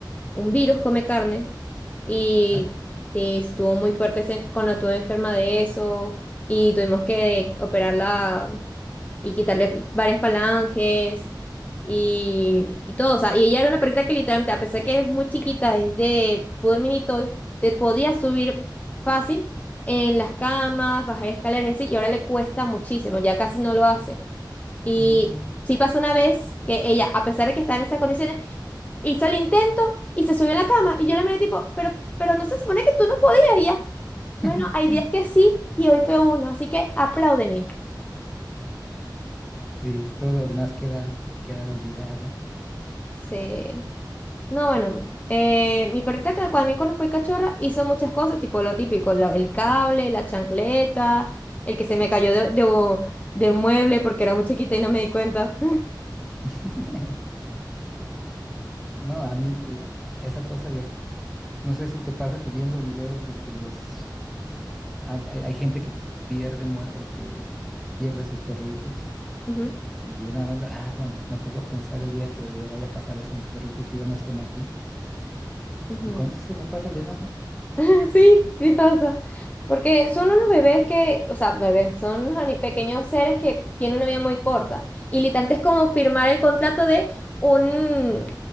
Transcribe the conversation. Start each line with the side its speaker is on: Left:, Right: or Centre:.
Left: un virus come carne y,
Centre: ay, ah,
Left: y estuvo muy fuerte ese- cuando estuve enferma de eso y tuvimos que operarla y quitarle varias falanges y, y todo. O sea, y ella era una perrita que literalmente, a pesar que es muy chiquita, es de poodle mini toy, se podía subir fácil en las camas, bajar escaleras y así, y ahora le cuesta muchísimo, ya casi no lo hace. Y
Centre: mm.
Left: sí pasó una vez que ella, a pesar de que estaba en esas condiciones, Hizo el intento y se subió a la cama y yo la miré tipo, pero, pero no se supone que tú no podías y ya. Bueno,
Centre: <laughs>
Left: hay días que sí y hoy fue uno, así que apláudeme.
Centre: Sí, todo lo demás queda, queda olvidado.
Left: Sí. No, bueno, eh, mi perrita que cuando, a mí cuando fue cachorra hizo muchas cosas, tipo lo típico, la- el cable, la chancleta, el que se me cayó de, de, de un mueble porque era muy chiquita y no me di cuenta.
Centre: <laughs> No, a mí eh, esa cosa, No sé si te pasa que viendo videos de que los ha- hay, hay gente que pierde mu- eh, que pierde a sus perritos
Left: <laughs> Ujú,
Centre: y yo nada más, ah, bueno, me pongo a pensar el día que le vaya a pasar eso a mis perritos que ya no estén aquí
Left: ujú.
Centre: y con eso se me pasa el enojo.
Left: <laughs> Sí, sí pasa. Porque son unos bebés que, o sea, bebés, son unos ani- pequeños seres que tienen una vida muy corta. Y literalmente es como firmar el contrato de un,